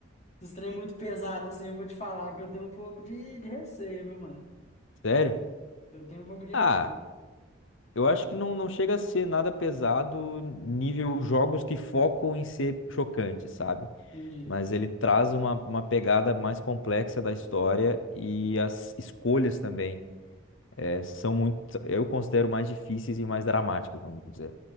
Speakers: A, on the left (about 35°); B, on the left (about 65°).
A: Dos trem é muito pesado, assim, eu vou te falar que eu tenho um pouco de, de receio, viu, mano?
B: Sério?
A: Eu tenho um pouco de
B: Ah,
A: receio.
B: eu acho que não, não chega a ser nada pesado nível jogos que focam em ser chocante, sabe?
A: Entendi,
B: Mas ele traz uma, uma pegada mais complexa da história e as escolhas também é, são muito, eu considero mais difíceis e mais dramáticas, vamos dizer.